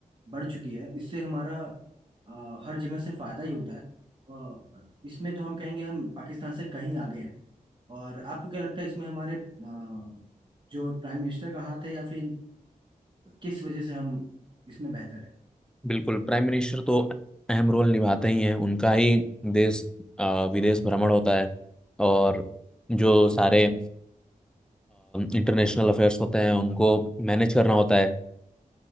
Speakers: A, on the right; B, in the centre.
A: बढ़ चुकी है इससे हमारा अ, हर जगह से फायदा ही होता है और इसमें तो हम कहेंगे हम पाकिस्तान से कहीं आगे हैं और आपको क्या लगता है इसमें हमारे अ, जो प्राइम मिनिस्टर का हाथ है या फिर किस वजह से हम इसमें बेहतर है
B: बिल्कुल प्राइम मिनिस्टर तो अहम रोल निभाते ही हैं उनका ही देश अ, विदेश भ्रमण होता है और जो सारे इंटरनेशनल अफेयर्स होते हैं उनको मैनेज करना होता है